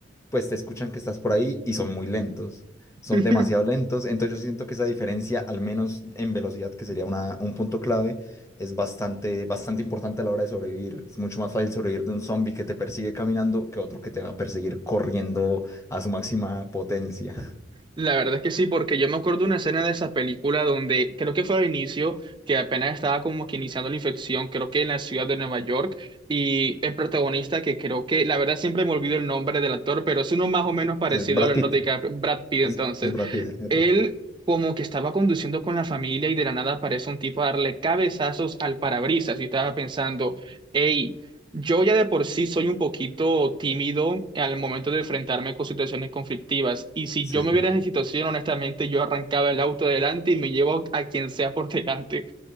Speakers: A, on the left; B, on the right.
A: pues te escuchan que estás por ahí y son muy lentos, son
B: <laughs>
A: demasiado lentos. Entonces yo siento que esa diferencia, al menos en velocidad, que sería una, un punto clave es bastante, bastante importante a la hora de sobrevivir. Es mucho más fácil sobrevivir de un zombie que te persigue caminando que otro que te va a perseguir corriendo a su máxima potencia. <laughs>
B: La verdad es que sí, porque yo me acuerdo de una escena de esa película donde creo que fue al inicio, que apenas estaba como que iniciando la infección, creo que en la ciudad de Nueva York, y el protagonista que creo que, la verdad siempre me olvido el nombre del actor, pero es uno más o menos parecido
A: Es Brad
B: a Leonardo
A: Pitt.
B: DiCaprio, Brad Pitt
A: Es,
B: entonces,
A: es Brad Pitt, epa.
B: él como que estaba conduciendo con la familia y de la nada aparece un tipo a darle cabezazos al parabrisas y estaba pensando, hey, yo ya de por sí soy un poquito tímido al momento de enfrentarme con situaciones conflictivas y si
A: Sí,
B: yo me
A: sí.
B: viera en esa situación, honestamente, yo arrancaba el auto adelante y me llevo a quien sea por delante.